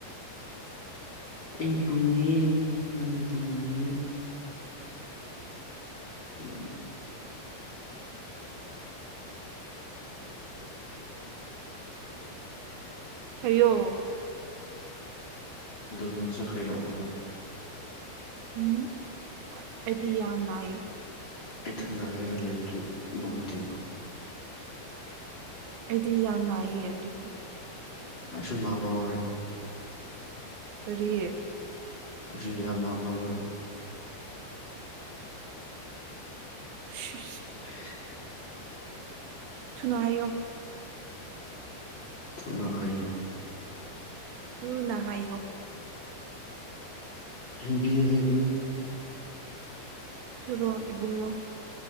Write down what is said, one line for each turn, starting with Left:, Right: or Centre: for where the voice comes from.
Left: ꯑꯩꯕꯨꯅꯦ ꯅꯪꯕꯨꯅꯦ ꯎꯝ
Right: ꯑꯌꯣ
Left: ꯑꯗꯨꯗ ꯅꯪꯁꯨ ꯍꯩꯔꯛꯑꯣꯅ
Right: ꯎꯝ ꯑꯩꯗꯤ ꯌꯥꯝ ꯅꯥꯏꯌꯦ
Left: ꯑꯩꯊꯟꯗ ꯍꯥꯏꯔꯒ ꯂꯩꯕꯗꯨ ꯅꯨꯡꯉꯥꯏꯇꯦꯕ
Right: ꯑꯩꯗꯤ ꯌꯥꯝ ꯅꯥꯏꯌꯦ ꯑꯗꯨꯕꯨ
Left: ꯑꯩꯁꯨ ꯅꯥꯕ ꯍꯧꯔꯦ
Right: ꯀꯔꯤ
Left: ꯑꯁꯤ ꯌꯥꯅꯅꯥꯕꯥꯎꯔꯦ
Right: <unintelligible>
Left: <unintelligible>
Right: ꯉꯥꯢꯌꯣ
Left: ꯊꯨꯅ ꯍꯥꯢꯌꯣ
Right: ꯊꯨꯅ ꯍꯥꯏꯌꯣ
Left: ꯍꯩꯕꯤꯌꯨ ꯍꯩꯕꯤꯌꯨ
Right: ꯊꯨꯔꯣ ꯏꯕꯨꯡꯉꯣ